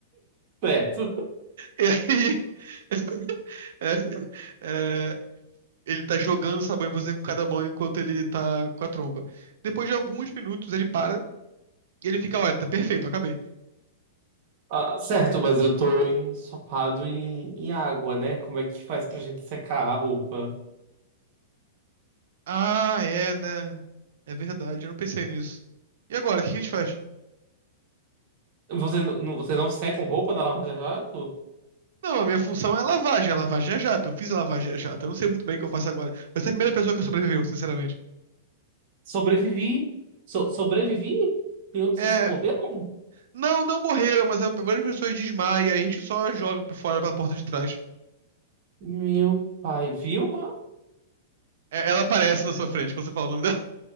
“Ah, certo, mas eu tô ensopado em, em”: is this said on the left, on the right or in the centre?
Right